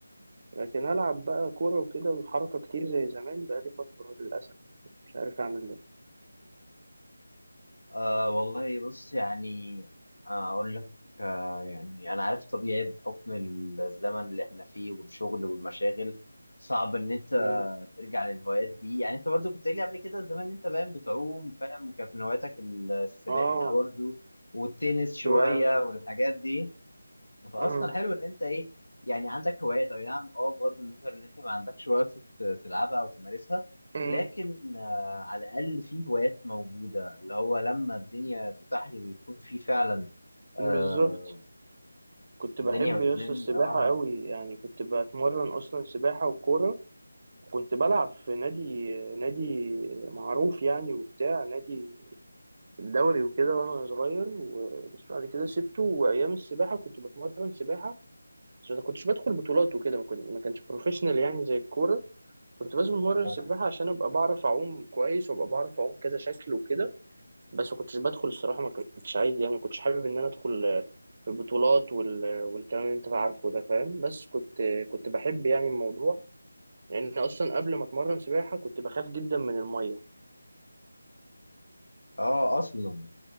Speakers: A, on the right; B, on the left.
A: لكن العب بقى كوره وكده وحركه كتير زي زمان بقى لي فتره للاسف مش عارف اعمل ده
B: أه والله بص يعني آه، أقول لك أه يعني أنا عارف طبيعي بحكم الزمن اللي إحنا فيه والشغل والمشاغل صعب إن أنت
A: مم.
B: ترجع للهوايات دي يعني أنت برضو كنت قايل لي قبل كده زمان إن أنت باين بتعوم فاهم وكانت من هواياتك السباحة
A: اه
B: برضو والتنس شوية
A: كنت بقى-
B: والحاجات دي فاصلا
A: <clears throat> آه.
B: حلو ان انت ايه يعني عندك هوايات اي نعم اه بغض النظر ان انت ما عندكش وقت ت- تلعبها او تمارسها
A: مم.
B: لكن آه على الاقل في هوايات موجوده اللي هو لما الدنيا تتاح لي ويكون في فعلا آه
A: بالظبط كنت
B: الدنيا
A: بحب
B: قدامي
A: يس السباحه
B: اه
A: قوي يعني كنت بتمرن اصلا سباحه وكوره وكنت بلعب في نادي نادي معروف يعني وبتاع نادي الدوري وكده وانا صغير و- بس بعد كده سبته وايام السباحه كنت بتمرن سباحه عشان ما كنتش بدخل بطولات وكده ما كنت ما كانش بروفيشنال يعني زي الكوره كنت بس بتمرن
B: اه
A: سباحه عشان ابقى بعرف اعوم كويس وابقى بعرف اعوم كذا شكل وكده بس ما كنتش بدخل الصراحه ما كنتش عايز يعني ما كنتش حابب ان انا ادخل آه، في البطولات وال... والكلام اللي انت عارفه ده فاهم بس كنت كنت بحب يعني الموضوع لان يعني اصلا قبل ما اتمرن سباحه كنت بخاف جدا من الميه
B: آه، اصلا